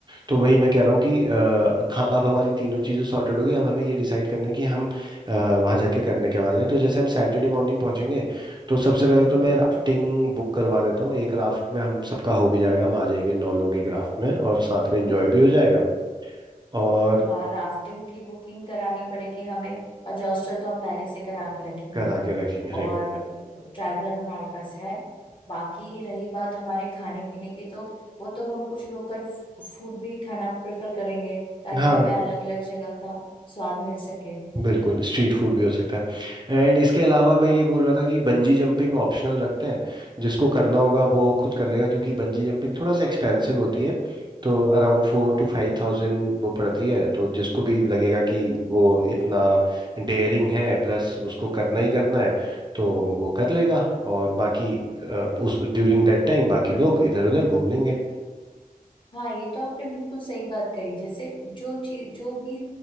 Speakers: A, on the right; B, on the left.
A: तो वही मैं कह रहा हूँ कि अ, खा- अब हमारी तीनों चीज़ें सॉर्टेड हो गई अब हमें ये डिसाइड करना है कि हम आ, वहाँ जाके करने क्या वाले हैं तो जैसे हम सैटरडे मॉर्निंग पहुँचेंगे तो सबसे पहले तो
B: हम्म
A: मैं राफ्टिंग बुक करवा देता हूँ एक राफ्ट में हम सबका हो भी जाएगा हम आ जाएंगे नौ लोग एक राफ्ट में और साथ में इंजॉय
B: बिल्कुल
A: भी हो जाएगा और
B: हाँ राफ्टिंग की बुकिंग करानी पड़ेगी हमें और हॉस्टल तो हम पहले से करा के रखेंगे
A: करा के रखेंगे राइट
B: और ट्रैवलर हमारे पास है बाकी रही बात हमारे खाने पीने की तो वो तो हम कुछ लोकल फूड भी खाना प्रेफर करेंगे ताकि
A: हाँ
B: हमें अलग अलग जगह का स्वाद मिल सके
A: बिल्कुल स्ट्रीट फूड भी हो सकता है एंड इसके अलावा मैं ये बोल रहा था कि बंजी जंपिंग ऑप्शनल रखते हैं जिसको करना होगा वो खुद कर लेगा क्योंकि बंजी जंपिंग थोड़ा सा एक्सपेंसिव होती है तो अराउंड फोर टू फाइव थाउजेंड वो पड़ती है तो जिसको भी लगेगा कि वो इतना डेयरिंग है प्लस उसको करना ही करना है तो वो कर लेगा और बाकी अ, उस ड्यूरिंग दैट टाइम बाकी लोग इधर उधर घूम लेंगे
B: हाँ ये तो आपने बिल्कुल सही बात करी जैसे जो चीज जो भी